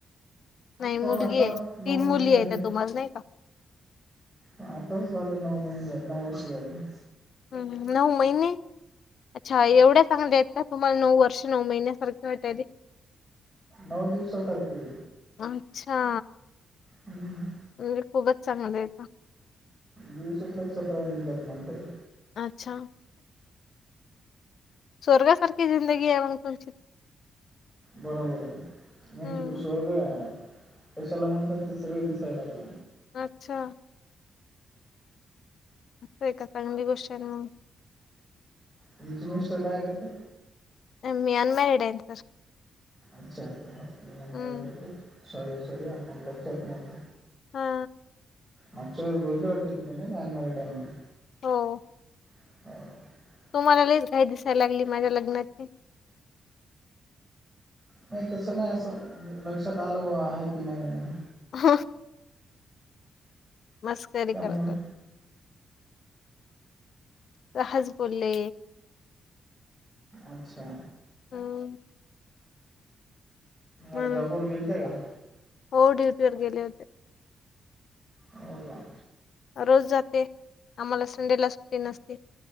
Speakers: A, on the left; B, in the centre.
A: नाही
B: हो
A: मुलगी
B: आता
A: आहे तीन
B: नऊ महिने
A: मुली
B: झाले.
A: आहे त्या तुम्हाला नाही का?
B: आताच झालं नऊ महिने झाले नऊ वर्ष झाले.
A: हम्.. नऊ महिने! अच्छा एवढ्या चांगल्या आहेत का तुम्हाला नऊ वर्ष नऊ महिन्यासारखे वाटायला ते..
B: नऊ दिवसासारखे..
A: अच्छा
B: हं.
A: म्हणजे खूपच चांगलं आहेे का?
B: दिवसच लक्षात राहिना झाल्यात माणसाच्या
A: आ अच्छा स्वर्गासारखी जिंदगी आहे म्हण तुची
B: बरोबर आहे नि
A: हम्म
B: तू स्वर्ग आहे... कशाला म्हणतात ते सगळे दिसाय लागल
A: अच्छा असये का चांगली गोष्ट ये ना मग
B: तुमचे मिस्टर काय करतात?
A: मी अनमारिडे आहे सर..
B: अच्छा अच्छा तुमी अनमॅरीड..
A: हम्म
B: सॉरी सॉरी मला लक्षात नव्हत.
A: हा
B: मागच्या वेळी बोलल्या होत्या तु मला मी अनमॅरीड ये म्हणून
A: हो
B: <unintelligible>
A: तुम्हाला लइच घाई दिसायला लागली माझ्या लग्नाची
B: नायी तस नायी अस लक्षात आल ब्वा आहे की नाही म्हणून
A: हं, मस्करी
B: त्यामुळं
A: करतात सहज बोलले
B: अच्छा
A: हम्म
B: आज
A: म्हणून
B: जॉब वर गेलते का?
A: हो ड्यूटीवर गेले होते.
B: हो का?
A: रोज जाते आम्हाला संडेला सुट्टी नसते